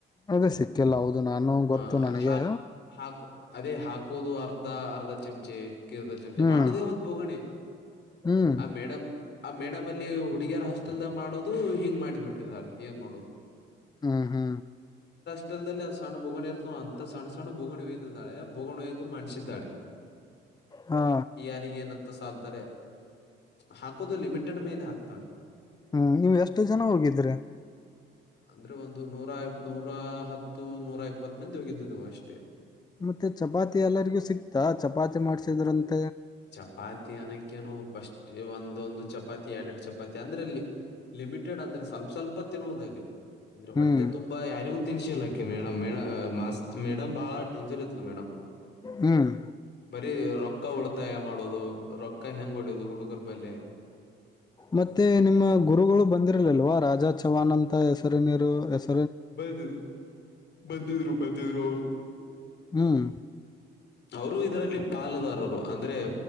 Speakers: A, on the left; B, on the left.
A: ಅದೇ ಸಿಕ್ಕಿಲ್ಲ ಹೌದು ನಾನು ಗೊತ್ತು
B: ಹ
A: ನನಗೆ.
B: ಹಾಕು ಹಾಕು ಅದೇ ಹಾಕೋದು ಅರ್ಧ ಅರ್ಧ ಚಮಚೆ. ಅರ್ಧ ಚಮಚೆ
A: ಹ್ಮ್
B: ಮಾಡ ದೇ ಒಂದು ಬೋಗಣಿ.
A: ಹ್ಮ್
B: ಆ ಮೇಡಮ್ ಆ ಮೇಡಮ್ ಅಲ್ಲಿ ಹುಡುಗಿ. ಹುಡುಗಿಯರು ಹಾಸ್ಟೆಲ್ ದಾಗ ಮಾಡೋದು ಹಿಂಗ್ ಮಾಡ್ ಬಿಟ್ಟಿದ್ದಾರೆ ಏನ್ ಮಾಡೋದು.
A: ಹ್ಮ ಹ್ಮ.
B: ಹಾಸ್ಟೆಲ್ ದಲ್ಲಿ ಸಣ್ಣ ಬುಗಣಿ ಇರ್ತ ಅಂತ ಸಣ್ಣ ಸಣ್ಣ ಬುಗಣಿ ಒಯ್ದಿದ್ದಾಳೆ ಬುಗಣಿ ಒಯ್ದು ಮಾಡ್ಸಿದ್ದಾಳೆ.
A: ಹಾ
B: ಯಾರಿಗ ಏನತ್ತ ಸಲ್ತಾರೆ. ಹಾಕೋದು ಲಿಮಿಟೆಡ್ ಮೇಲೆ ಹಾಕ್ತಾಳೆ.
A: ಹ್ಮ್ ನೀವ್ ಎಷ್ಟು ಜನ ಹೋಗಿದ್ರಿ.
B: ಅಂದ್ರೆ ಒಂದು ನೂರಾ ನೂರಾ ಹತ್ತು ನೂರ ಇಪ್ಪತ್ ಮಂದಿ ಹೋಗಿದ್ದಿದ್ದವ ಅಷ್ಟೇ.
A: ಮತ್ತೆ ಚಪಾತಿ ಎಲ್ಲರಿಗೂ ಸಿಕ್ತಾ ಚಪಾತಿ ಮಾಡ್ಸಿದ್ರಂತ.
B: ಚಪಾತಿ ಅನಕ್ಕೇನು. ಫಸ್ಟ್ ಒಂದೊಂದು ಚಪಾತಿ ಎರಡೆರಡು ಚಪಾತಿ ಅಂದ್ರೆಲ್ಲಿ ಲಿಮಿಟೆಡ್ ಅಂದ್ರೆ ಸ್ವಲ್ಪ ಸ್ವಲ್ಪ ತಿನ್ನುವುದಲ್ಲಿ. ಅಂದ್ರೆ ಹೊಟ್ಟೆ
A: ಹ್ಮ್
B: ತುಂಬಾ ಯಾರಿಗೂ ತಿನ್ಸಿಲ್ಲಾ ಆಕಿ ಮೇಡಂ ಮೇಡಂ ಮಸ್ತ್ ಮೇಡಂ. ಬಹಳ ಡೇಂಜರ್ ಇದ್ಲು ಮೇಡಂ.
A: ಹ್ಮ್.
B: ಬರಿ ರೊಕ್ಕ ಉಳ. ಉಳಿತಾಯ ಮಾಡೋದು ರೊಕ್ಕ ಹೆಂಗ್ ಹೊಡಿಯೋದು ಹುಡುಗರ್ ಬಳಿ.
A: ಮತ್ತೆ ನಿಮ್ಮ ಗುರುಗಳು ಬಂದಿರಲಿಲ್ವಾ ರಾತ್. ರಾಜ ಚವಾನ್ ಅಂತ ಹೆಸರಿನಿರೀವ್ ಹೆಸ್...
B: ಬಂದಿದ್ರು ಬಂದಿದ್ರು ಬಂದಿದ್ರು ಅವರು
A: ಹ್ಮ್
B: ಅವರು ಇದರಲ್ಲಿ ಪಾಲುದಾರರು. ಅಂದ್ರೆ